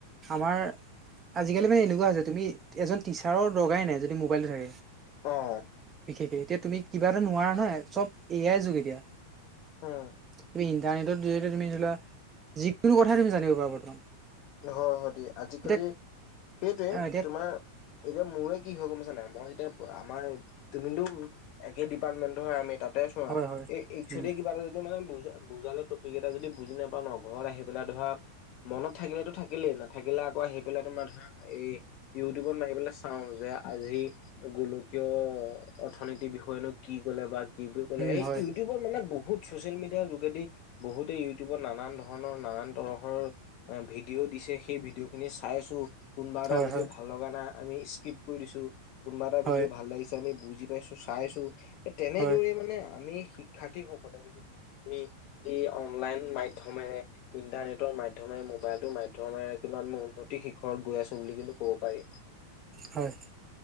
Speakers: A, on the right; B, on the left.
A: আমাৰ আজিকালি মানে এনেকুৱা হৈছে তুমি এজন টিচাৰৰ দৰকাৰেই নাই যদি মোবাইলটো থাকে
B: অঁ
A: বিশেষে এতিয়া তুমি কিবা এটা নোৱাৰা নহয় চব এ আই যুগ এতিয়া
B: উম
A: তুমি ইণ্টাৰনেটৰ জৰিয়তে তুমি ধৰি লোৱা যিকোনো কথাই তুমি জানিব পাৰা বৰ্তমান
B: হয় হয় দিয়া আজিকালি
A: এতিয়া
B: সেইটোৱে
A: আহ এতিয়া
B: তোমাৰ এতিয়া মোৰে কি হয় গম পাইছা নাই মই এতিয়া আমাৰ তুমিতো একে ডিপাৰ্টমেন্টৰ হয় আমি তাতে চোৱা
A: হয় হয়
B: এই একচুৱেলি
A: উম
B: কিবা এটা যদি মানে বুজা বুজালে টপিক এটা যদি বুজি নাপাওঁ ন ঘৰত আহি পেলাই ধৰা মনত থাকিলেতো থাকিলেই নাথাকিলে আকৌ আহি পেলাই তোমাৰ ধৰা এই ইউটিউবত মাৰি পেলাই চাওঁ যে আজি গোলকীয় অৰ্থনীতিৰ বিষয়েনো কি ক'লে বা কি বুলি ক'লে
A: উম
B: এই
A: হয়
B: ইউটিউবৰ মানে বহুত ছচিয়েল মিডিয়াৰ যোগেদি বহুতে ইউটিউবৰ নানান ধৰণৰ নানান তৰহৰ অ ভিডিঅ' দিছে সেই ভিডিঅ' খিনি চাইছো কোনোবা এটা
A: হয়
B: ভিডিঅ'
A: হয়
B: ভাল ভাল লগা নাই আমি স্কিপ কৰি দিছো কোনোবা এটা
A: হয়
B: ভিডিঅ' ভাল লাগিছে আমি বুজি পাইছো চাইছো তেনেদৰেই
A: হয়
B: মানে আমি শিক্ষাৰ্থীসকলে আমি এই অনলাইন মাধ্যমেৰে ইন্টাৰনেটৰ মাধ্যমেৰে ম'বাইলটোৰ মাধ্যমেৰে কিন্তু আমি উন্নতি শিখৰত গৈ আছো বুলি কিন্তু ক'ব পাৰি
A: হয়